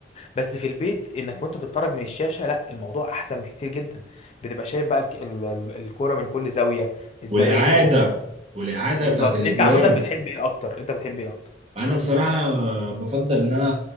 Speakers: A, on the left; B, on the right.
A: بس في البيت انك وانت بتتفرج من الشاشه لا الموضوع احسن بكتير جدا بتبقى شايف بقى الك- ال- ال- الكوره من كل زاويه الزاويه
B: والاعاده
A: دي غير الزاوية.
B: والاعاده
A: بالظبط
B: بتاعت الاجوان
A: انت عامه بتحب ايه اكتر انت بتحب ايه اكتر
B: انا بصراحه بفضل ان انا